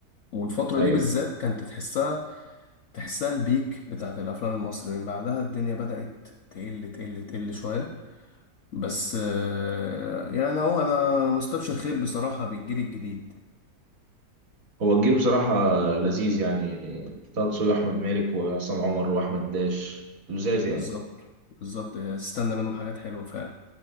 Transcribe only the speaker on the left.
والفترة
دي بالذات كانت تحسها تحسها البيك بتاعت الأفلام المصري من بعدها الدنيا بدأت تقل تقل تقل شوية بس آه، يعني هو أنا مستبشر خير بصراحة بالجيل الجديد
بالظبط بالظبط استنى منهم حاجات حلوة فعلا